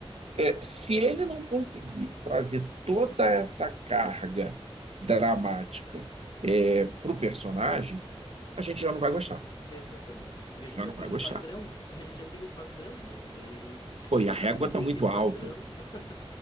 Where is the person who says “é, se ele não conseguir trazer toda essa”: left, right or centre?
Right